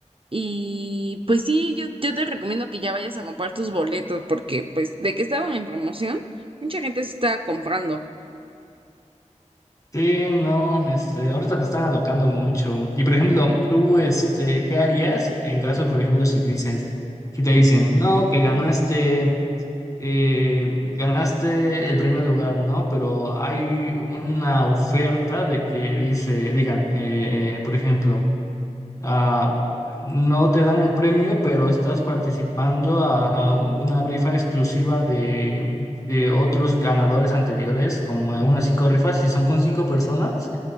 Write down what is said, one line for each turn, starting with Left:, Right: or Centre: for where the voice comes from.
Right: Y pues sí, yo, yo te recomiendo que ya vayas a comprar tus boletos, porque pues de que estaban en promoción, mucha gente se estaba comprando.
Left: Sí, no, este, ahorita te están alocando mucho. Y por ejemplo, tú, este, ¿qué harías en caso, por ejemplo, si dices, si te dicen, no, que ganaste, eh, ganaste el primer lugar, ¿no? Pero hay una oferta de que dice, digan, eh, por ejemplo, ah, no te dan el premio, pero estás participando a una rifa exclusiva de, de otros ganadores anteriores, como en unas cinco rifas, y son con cinco personas,